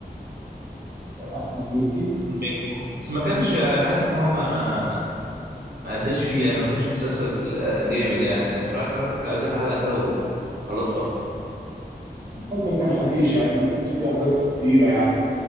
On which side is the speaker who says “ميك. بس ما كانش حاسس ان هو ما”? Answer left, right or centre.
Right